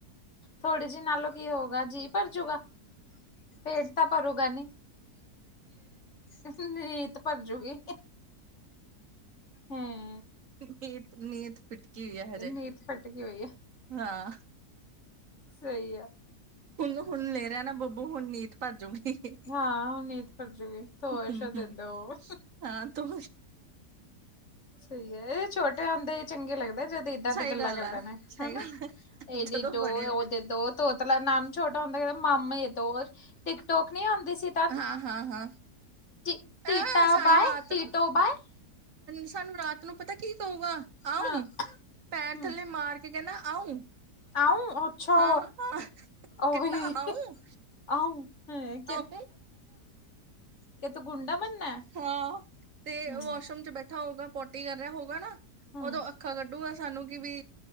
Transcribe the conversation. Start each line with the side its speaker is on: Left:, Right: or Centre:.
Left: ਥੋੜੀ ਜੀ ਨਾਲੋਂ ਕੀ ਹੋਊਗਾ ਜੀਅ ਭਰਜੂਗਾ? ਪੇਟ ਤਾਂ ਭਰੂਗਾ ਨੀ, ਰੀਤ ਭਰਜੂਗੀ। ਹਮ
Right: ਨੀਂ ਨੀਂਤ ਫਿਟਕੀ ਹੋਈ ਆ ਹਜੇ,
Left: ਨੀਤ ਫਟਕੀ ਹੋਈ ਐ,
Right: ਹਾਂ
Left: ਸਹੀ ਆ।
Right: ਬੋਲੋ ਹੁਣ ਨੇਹਰਾ ਨਾ ਬੱਬੂ ਹੁਣ ਨੀਂਦ ਭੱਜ ਜੁਗੀ।
Left: ਹਾਂ ਹੁਣ ਨੀਂਦ ਭਰ ਜੂਗੀ ਤੋਸ਼
Right: ਹਮ,
Left: ਦੇ
Right: ਹਮ
Left: ਦੋ
Right: ਹਾਂ ਤੂੰ।
Left: ਸਹੀ ਇਹ ਛੋਟੇ ਹੁੰਦੇ ਹੀ ਚੰਗੇ ਲੱਗਦੇ। ਜਦੋਂ ਏਦਾਂ
Right: ਸਹੀ
Left: ਦੀ ਗੱਲਾਂ
Right: ਗੱਲ
Left: ਕਰਦੇ
Right: ਆ
Left: ਨੇ
Right: ਸਹੀ
Left: ਹਨਾ,
Right: ਗੱਲ ਆ।
Left: ਇਹ ਦੇ
Right: ਜਦੋਂ
Left: ਦੋ
Right: ਬੜੇ
Left: ਉਹਦੇ ਦੋ ਮਤਲਬ ਨਾਮ ਛੋਟਾ ਹੁੰਦਾ ਕਹਿੰਦੇ ਮਾਮੇ ਤੋਂ ਟਿਕ ਟੋਕ ਨੀ ਆਂਦੀ ਸੀ। ਤਦ
Right: ਹਾਂ, ਹਾਂ, ਹਾਂ।
Left: ਟੀਟਾ
Right: ਅ ਸਾਨੂੰ
Left: ਬਏ
Right: ਰਾਤ
Left: ਟੀਟੋ
Right: ਨੂੰ
Left: ਬਏ <unintelligible>
Right: ਸਾਨੂੰ ਰਾਤ ਨੂੰ ਪਤਾ ਕੀ ਕਹੂਗਾ ਆਊ
Left: ਹਾਂ
Right: ਪੈਰ
Left: ਹੂੰ,
Right: ਥੱਲੇ ਮਾਰ ਕੇ। ਇਹ ਕਹਿੰਦਾ ਆਊ
Left: ਆਊ ਅੱਛਾ
Right: ਹਾਂ ਹਾਂ।
Left: ਉਹੀ
Right: ਕਿਦਾ ਆਉ
Left: ਆਊ ਹਾਂ,
Right: ਆਹੋ।
Left: ਕਿ ਤੋ ਗੁੰਡਾ ਬਣਨਾ ਹੈ
Right: ਹਾਂ ਤੇ
Left: ਹਮ
Right: ਵਾਸ਼ਰੂਮ ਚ ਬੈਠਾ ਹੋਊਗਾ ਪੋਟੀ ਕਰ ਰਿਹਾ ਹੋਉਗਾ ਨਾ।
Left: ਹਮ
Right: ਉਦੋਂ ਅੱਖਾਂ ਕੱਢੂਗਾ ਸਾਨੂੰ ਕਿ ਵੀ